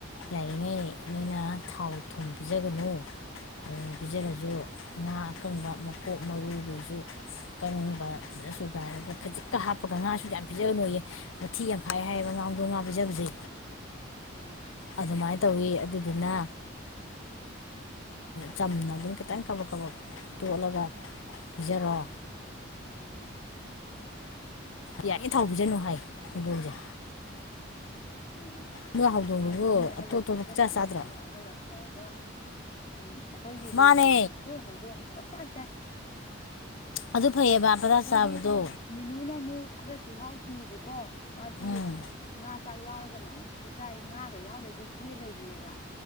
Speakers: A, on the left; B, on the left.
A: ꯌꯥꯔꯤꯉꯩ ꯅꯣꯏꯅ ꯊꯥꯎ ꯊꯨꯝ ꯄꯤꯖꯒꯅꯨ ꯄꯤꯖꯔꯁꯨ
B: ꯎꯝ
A: ꯉꯥ ꯑꯀꯪꯕ ꯃꯀꯣꯛ ꯃꯔꯨꯗꯨꯁꯨ ꯑꯀꯪꯕ ꯐꯖꯅ ꯁꯨꯒꯥꯏꯔꯒ ꯈꯖꯤꯛꯀ ꯍꯥꯞꯄꯒ ꯉꯥꯁꯨ ꯌꯥꯝ ꯄꯤꯖꯒꯅꯨꯌꯦ ꯃꯊꯤ ꯌꯥꯝ ꯐꯥꯏ
B: ꯑꯣ
A: ꯍꯥꯏꯌꯦꯕ ꯉꯍꯧꯗꯣꯡ ꯉꯥ ꯄꯤꯖꯕꯁꯦ
B: ꯑꯣ
A: ꯑꯗꯨꯃꯥꯏꯅ ꯇꯧꯋꯤ ꯑꯗꯨꯗꯨꯅ
B: <inaudible>
A: ꯆꯝꯅ ꯑꯗꯨꯝ ꯈꯤꯇꯪ ꯀꯕꯛ ꯀꯕꯛ ꯇꯣꯠꯂꯒ ꯄꯤꯖꯔꯣ
B: ꯎꯝ
A: ꯌꯥꯏꯒꯩ ꯊꯥꯎ ꯄꯤꯖꯅꯨ ꯍꯥꯏ ꯍꯧꯗꯣꯡꯁꯦ
B: ꯎꯝ
A: ꯅꯣꯏ ꯍꯧꯗꯣꯡꯗꯨꯕꯨ
B: ꯃꯅꯤ ꯃꯤ ꯑꯍꯜ
A: ꯑꯇꯣꯞ
B: ꯑꯣꯏꯁꯤꯜꯂꯛꯄ
A: ꯑꯇꯣꯞꯄ ꯄꯪꯆꯥ
B: ꯆꯞ
A: ꯆꯥꯗ꯭ꯔꯣ
B: ꯃꯥꯟꯅꯩꯅꯦ ꯑꯍꯜ ꯑꯣꯏꯣꯏꯁꯤꯜꯂꯛꯑꯒ ꯇꯨꯡ ꯑꯩꯈꯣꯏꯒꯤ ꯍꯨꯏ
A: ꯃꯥꯅꯦ
B: ꯍꯧꯗꯣꯡ ꯑꯩꯈꯣꯏ ꯍꯧꯗꯣꯡ ꯄꯪꯆꯥ ꯆꯥꯏ
A: ꯑꯗꯨ ꯐꯩꯌꯦꯕ ꯄꯪꯆꯥ
B: ꯑꯩꯈꯣꯏꯒꯤ
A: ꯆꯥꯕꯗꯣ
B: ꯃꯤꯅꯨꯅ ꯑꯃꯨꯛ ꯈꯔ ꯆꯤꯜꯍꯥꯎ ꯊꯤꯑꯕꯀꯣ ꯃꯥꯗꯤ
A: ꯎꯝ
B: ꯉꯥ ꯆꯥꯛ ꯌꯥꯎꯔꯒꯅ ꯑꯃꯨꯛ ꯆꯥꯏ ꯉꯥꯒ ꯌꯥꯎꯗ꯭ꯔꯗꯤ ꯀꯦ ꯂꯩꯕꯤꯅꯦꯕ